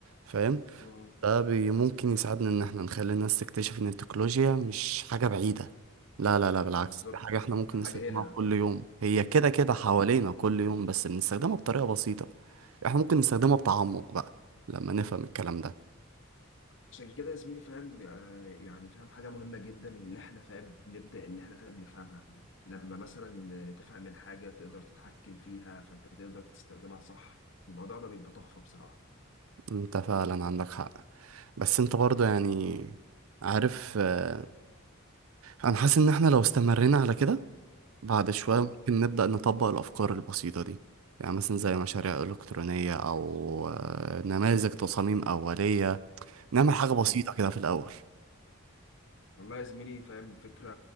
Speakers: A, on the right; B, on the left.
A: فاهم
B: مم.
A: ده بي ممكن يساعدنا ان احنا نخلي الناس تكتشف ان التكنولوجيا مش حاجة بعيدة لا لا لا بالعكس
B: بالظبط
A: دي حاجة احنا ممكن
B: حاجه
A: نستخدمها
B: هنا
A: كل يوم هي كده كده حوالينا كل يوم بس بنستخدمها بطريقة بسيطة احنا ممكن نستخدمها بتعمق بقى لما نفهم الكلام ده
B: عشان كده يا زميلي فاهم آه، يعني فاهم حاجة مهمة جدا اللي احنا فاهم نبدأ اللي احنا فاهم نفهمها لما مثلا تفهم الحاجة تقدر تتحكم فيها فانت تقدر تستخدمها صح الموضوع ده بيبقى تحفة بصراحة
A: انت فعلا عندك حق بس انت برضه يعني عارف اه، انا حاسس ان احنا لو استمرينا
B: اه
A: على كده بعد شوية
B: اه
A: ممكن نبدأ نطبق الأفكار البسيطة دي يعني مثلا زي مشاريع إلكترونية أو آه، نماذج تصاميم أولية نعمل حاجة بسيطة
B: أمم.
A: كده في الأول
B: والله يا زميلي فاهم فكرة